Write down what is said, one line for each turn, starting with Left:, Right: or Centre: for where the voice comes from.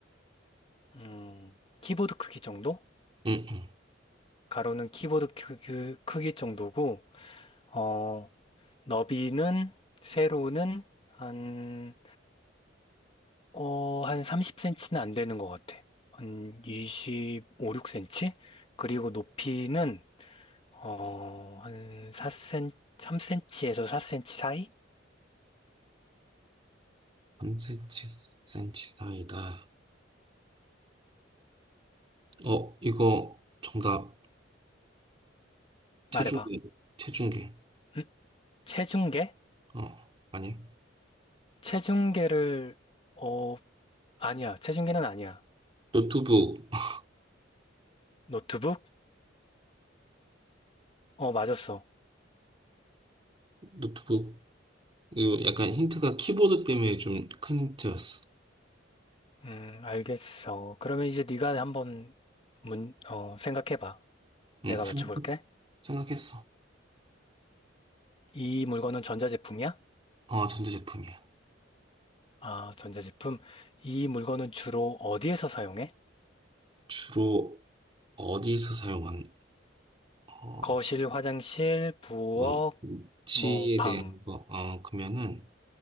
Left: 음, 키보드 크기 정도?
Right: 응, 응.
Left: 가로는 키보드 크기, 크기 정도고, 어, 너비는 세로는 한 어, 한 30cm는 안 되는 것 같아. 한 25, 6cm? 그리고 높이는, 어, 한 4cm, 3cm에서 4cm 사이?
Right: 3cm 사이다. 어, 이거 정답. 체중계.
Left: 말해봐.
Right: 체중계.
Left: 응? 체중계?
Right: 어, 아니.
Left: 체중계를, 어, 아니야. 체중계는 아니야.
Right: 노트북. <laughs>
Left: 노트북? 어, 맞았어.
Right: 노트북. 이거 약간 힌트가 키보드 때문에 좀 큰 힌트였어.
Left: 음, 알겠어. 그러면 이제 네가 한번 문, 어, 생각해봐.
Right: 응,
Left: 내가
Right: 생각했어.
Left: 맞춰볼게.
Right: 생각했어.
Left: 이 물건은 전자제품이야?
Right: 어, 전자제품이야.
Left: 아, 전자제품. 이 물건은 주로 어디에서 사용해?
Right: 주로 어디에서 사용하냐? 어,
Left: 거실, 화장실, 부엌,
Right: 어, 위치에
Left: 뭐, 방.
Right: 대한 거. 어, 그러면은